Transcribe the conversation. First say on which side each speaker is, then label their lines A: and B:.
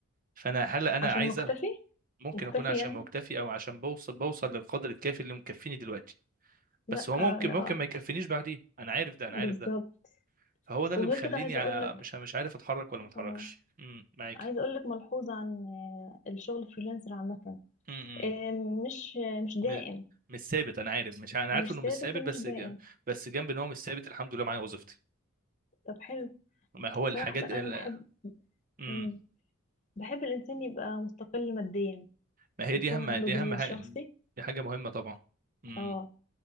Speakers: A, on the right; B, on the left.
A: فانا هل انا
B: عشان
A: عايزه
B: مكتفي
A: ممكن
B: مكتفي
A: اكون عشان
B: يعني
A: مكتفي او عشان بوصل بوصل للقدر الكافي اللي مكفيني دلوقتي
B: لا
A: بس هو ممكن
B: لا
A: ممكن ما يكفينيش بعدين انا عارف ده انا
B: بالظبط
A: عارف ده فهو ده اللي
B: وغير
A: مخليني
B: كده عايزه
A: ع-
B: اقول لك
A: مش مش عارف اتحرك ولا ما اتحركش
B: اه
A: امم معاكي
B: عايزه اقول لك ملحوظه عن آه، الشغل فريلانسر عامه
A: إمم، إمم.
B: آه، مش آه، مش دائم
A: م- مش ثابت انا عارف مش انا
B: مش
A: عارف انه
B: ثابت
A: مش ثابت
B: ومش
A: بس
B: دائم
A: ج- بس جنب ان هو مش ثابت الحمد لله معايا وظيفتي
B: طب حلو
A: ما هو
B: صراحه
A: الحاجات
B: انا
A: ال...
B: بحب
A: مم.
B: مم. بحب الإنسان يبقى مستقل ماديا
A: ما هي
B: يكون
A: دي اهم
B: عنده
A: دي
B: بيزنس
A: اهم حاجه
B: شخصي
A: دي حاجه مهمه طبعا مم.
B: اه